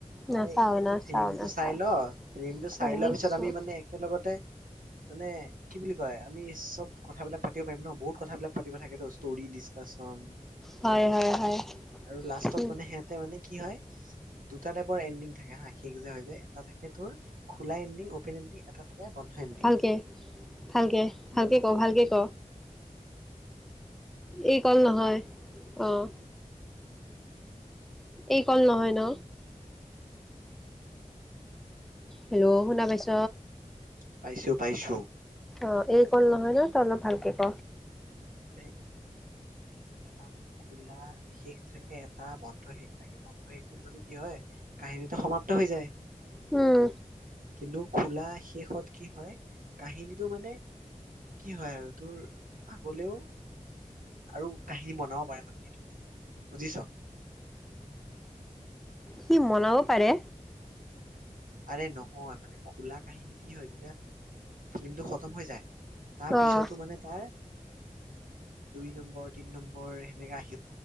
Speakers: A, on the right; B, in the centre.
A: তই
B: নাচাও
A: এইটো
B: নাচাও
A: ফিল্মটো
B: নাচাও
A: চাই ল ফিল্মটো চাই
B: ভাঙিছো
A: লোৱা পিছত আমি মানে একেলগতে মানে কি বুলি কয় আমি চব কথাবিলাক পাতিব পাৰিম ন বহুত কথাবিলাক পাতিব থাকে ষ্টৰি ডিছকাচন কিবা
B: হয় হয়
A: কিবি
B: হয়
A: আৰু লাষ্টত
B: উম
A: মানে সিহঁতে মানে কি হয় দুটা টাইপৰ এডিং থাকে হাস যে হৈ এটা থাকে তোৰ খোলা এণ্ডিং অ'পেন এণ্ডিং এটা থাকে বন্ধ এণ্ডিং
B: ভালকে ভালকে ভালকে
A: বন্
B: ক ভালকে ক এই কল নহয় আহ এই কল নহয় ন হেল্ল' শুনা পাইছ
A: পাইছো পাইছো
B: অ এই কল নহয় ন তই অলপ ভালকে ক
A: এই এটা মানে খোলা শেষ থাকে এটা বন্ধ শেষ থাকে বন্ধ শেষটোত মানে কি হয় কাহিনীটো সমাপ্ত হৈ যায়
B: উম
A: কিন্তু খোলা শেষত কি হয় কাহিনীটো মানে কি হয় আৰু তোৰ আগলেও আৰু কাহিনী বনাও পাৰে মানে সেইটো দি বুজিছ
B: সি মনাব পাৰে
A: আৰে নহয় মানে খোলা কাহিনী কি হয় যেতিয়া ফিল্মটো খতম হৈ যায় তাৰ
B: অ
A: পিছতো মানে তাৰ দুই নম্বৰ তিন নম্বৰ সেনেকা আহ